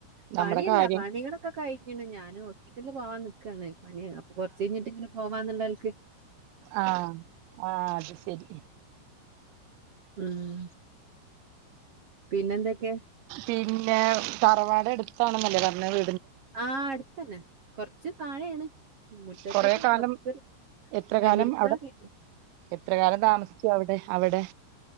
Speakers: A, on the right; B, on the right.
A: പണിയില്ല
B: നമ്മുടെ കാര്യം
A: പണികളൊക്കെ കഴിഞ്ഞണ് ഞാന് ഹോസ്പിറ്റലില് പോവാൻ നിക്കാണ് പനിയാണ് അപ്പൊ കൊറച്ച് കഴിഞ്ഞിട്ട് ഇങ്ങനെ പോവാന്ന്ള്ളനെലക്ക്
B: ആഹ ആഹ അത് ശരി
A: ഉം പിന്നെന്തൊക്കെ
B: പിന്നെ തറവാട് എടുത്താണെന്നല്ലേ പറഞ്ഞത്
A: ആ അടുത്തന്നെ കൊറച്ച് താഴെയാണ് മുറ്റത്തന്നെ
B: കൊറെ കാലം
A: കൊറച്ച്
B: എത്ര കാലം
A: വിളിച്ചാതി
B: അവിടെ എത്ര കാലം താമസിച്ചു അവിടെ അവിടെ